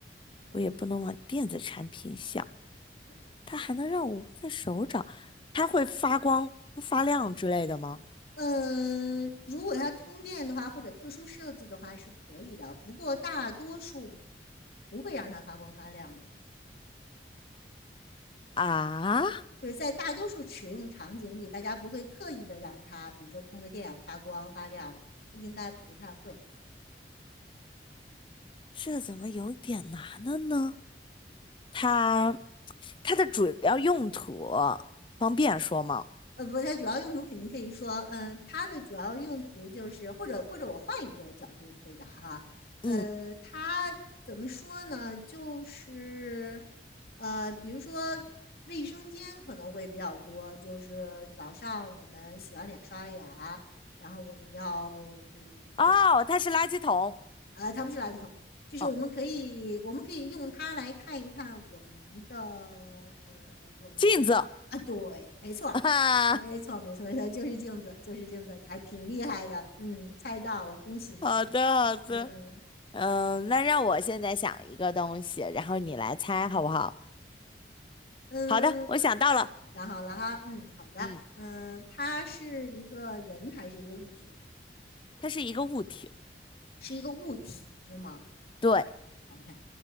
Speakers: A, on the left; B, on the left.
A: 对
B: 我也不能往电子产品想。
A: 对。
B: 它还能让我握在手掌，它会发光发亮之类的吗？
A: 呃，如果它通电的话，或者特殊设计的话是可以的，不过大多数不会让它发光发亮的。
B: 啊，
A: 就是在大多数使用场景里，大家不会刻意的让它，比如说通个电发光发亮，应该不太会。
B: 这怎么有点难了呢？它它的主要用途方便说吗？
A: 呃，不，它主要用途肯定可以说，嗯，它的主要用途就是，或者或者我换一个角度回答哈，呃，
B: 嗯，
A: 它怎么说呢？就是，呃，比如说卫生间可能会比较多，就是早上我们洗完脸刷牙，然后我们要呃
B: 哦，
A: 做
B: 它是垃圾桶，
A: 呃，它不是垃圾桶，就是我们可以我们可以用它来看一看我们的
B: 哦，
A: 呃我们的啊，
B: 镜子
A: 对，没错，
B: 啊，
A: 没错，没错，没错，就是镜子，就是镜子，还挺厉害的，嗯，猜到了，恭喜你，
B: 好的好的，
A: 嗯
B: 嗯，那让我现在想一个东西，然后你来猜好不好？
A: 嗯，
B: 好的，我想到了，
A: 想好了哈，嗯，好的，
B: 嗯，
A: 嗯，它是一个人还是一个物品？
B: 它是一个物体，
A: 是一个物体是吗
B: 对，
A: ？OK，